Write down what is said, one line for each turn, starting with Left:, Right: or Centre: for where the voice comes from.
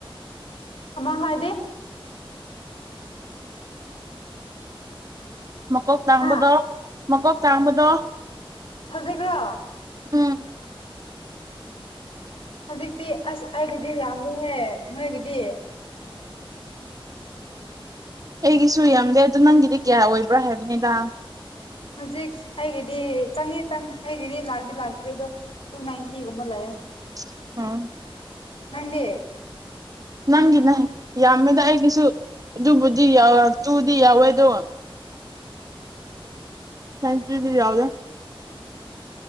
Left: ꯑꯃ ꯍꯥꯏꯗꯤ
Right: ꯃꯀꯣꯛ ꯇꯥꯡꯕꯗꯣ
Left: ꯍꯥ
Right: ꯃꯀꯣꯛ ꯇꯥꯡꯕꯗꯣ
Left: ꯍꯧꯖꯤꯛꯔꯣ
Right: ꯎꯝ
Left: ꯍꯧꯖꯤꯛꯇꯤ ꯑꯁ ꯑꯩꯒꯤꯗꯤ ꯌꯥꯝꯗꯦꯍꯦ ꯅꯣꯏꯒꯤꯗꯤ
Right: ꯑꯩꯒꯤꯁꯨ ꯌꯥꯝꯗꯦ ꯑꯗꯨ ꯅꯪꯒꯤꯗꯤ ꯀꯌꯥ ꯑꯣꯏꯕ꯭ꯔꯥ ꯍꯥꯏꯕꯅꯤꯗ
Left: ꯍꯧꯖꯤꯛ ꯑꯩꯒꯤꯗꯤ ꯆꯅꯤ ꯆꯪ ꯑꯩꯒꯤꯗꯤ ꯂꯥꯛꯇꯤ ꯂꯥꯛꯇ꯭ꯔꯤ ꯑꯗꯨ ꯇꯨ ꯅꯥꯏꯟꯇꯤꯒꯨꯝꯕ ꯂꯩ
Right: <unintelligible>
Left: ꯅꯪꯗꯤ
Right: ꯅꯪꯒꯤꯅ ꯌꯥꯝꯃꯤꯗ ꯑꯩꯒꯤꯁꯨ ꯑꯗꯨꯕꯨꯗꯤ <unintelligible> ꯇꯨꯗꯤ ꯌꯧꯋꯦ ꯑꯗꯨ ꯅꯥꯏꯟꯇꯤꯗꯤ ꯌꯧꯗꯦ